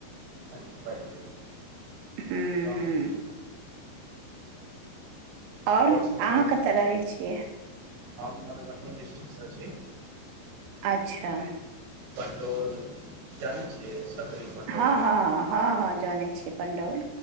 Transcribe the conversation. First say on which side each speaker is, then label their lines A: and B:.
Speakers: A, on the right (about 60°); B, on the right (about 80°).
A: कनी पहिले।
B: हूँ
A: कहांक
B: हूँ
A: छै?
B: आओर अहाँ
A: सब कहियौ
B: कत रहै छियै?
A: हम मधुबनी डिस्ट्रिक्टसँ छी।
B: अच्छा
A: पण्डौल जानै छियै सकरी? पंडौल
B: हँ-हँ-हँ-हँ जानै छीिय पं्डौल।